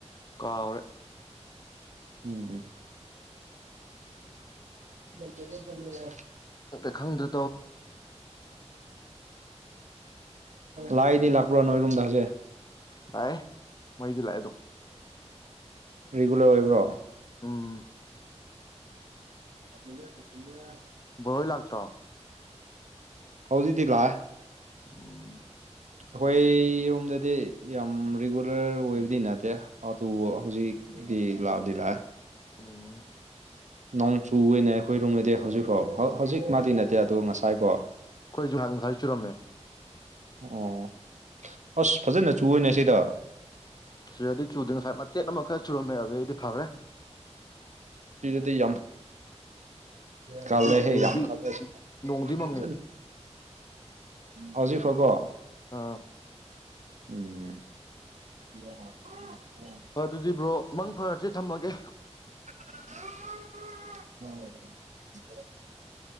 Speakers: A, on the left (about 35°); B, on the right (about 85°).
A: ꯀꯥꯎꯔ
B: ꯎꯝ ꯃꯗꯨ ꯐꯜꯔꯦ
A: ꯈꯪꯗ ꯇꯧꯔꯤꯔꯤ
B: ꯂꯥꯏꯗꯤ ꯂꯥꯛꯄ꯭ꯔ ꯅꯣꯏꯔꯨꯝ ꯗꯖꯦ
A: ꯂꯥꯛꯑꯦ ꯃꯩꯗꯤ ꯂꯥꯛꯑꯦ ꯑꯗꯨꯝ
B: ꯔꯤꯒꯨꯂꯔ ꯑꯣꯏꯕ꯭ꯔꯣ
A: ꯎꯝ
B: ꯦ
A: ꯕꯣꯔꯣꯏ ꯂꯥꯛꯇ꯭ꯔꯣ
B: ꯍꯥꯎꯗꯗꯂ
A: ꯎꯝ
B: ꯑꯩꯈꯣꯏꯔꯣꯝꯗꯗꯤ ꯌꯥꯝ ꯔꯤꯒꯨꯂꯔ ꯑꯣꯏꯕꯗꯤ ꯅꯠꯇꯦ ꯑꯗꯨ ꯍꯧꯖꯤꯛ ꯑꯗꯨꯕꯤ ꯂꯥꯎꯗꯤ ꯂ
A: ꯎꯝ
B: ꯅꯣꯡ ꯆꯨꯅꯦ ꯑꯩꯈꯣꯏ ꯔꯨꯝꯗꯗꯤ ꯍꯧꯖꯤꯛꯐꯥꯎ ꯍꯧꯖꯤꯛ ꯃꯥꯗꯤ ꯅꯠꯇꯦ ꯑꯗꯣ ꯉꯁꯥꯏꯀꯣ
A: ꯑꯩꯣꯏꯖꯍ ꯆꯨꯔꯝꯃꯦ
B: ꯑꯣ ꯑꯁ ꯐꯖꯅ ꯆꯨꯅꯦ ꯁꯤꯗ
A: ꯁꯤꯗꯗꯤ ꯆꯨꯗꯦ ꯉꯁꯥꯏ ꯃꯆꯦꯠ ꯑꯃ ꯈꯔ ꯆꯨꯔꯝꯃꯦ ꯑꯗꯨꯗꯒꯤꯗꯤ ꯐꯈ꯭ꯔꯦ
B: ꯗꯌꯝ ꯀꯥꯏꯗ
A: ꯍꯧꯖꯤꯛ ꯁꯤꯗꯗꯤ
B: ꯍꯦ ꯌꯥꯝꯝ ꯀꯜꯂ
A: ꯅꯣꯡꯗꯤ ꯃꯪꯉꯦ
B: ꯍꯧꯖꯤꯐꯒꯣ
A: ꯑꯥ
B: ꯎꯝ
A: ꯑꯗꯨꯗꯤ ꯕ꯭ꯔꯣ ꯃꯪ ꯐꯔꯁꯤ ꯊꯝꯃꯒꯦ
B: ꯍ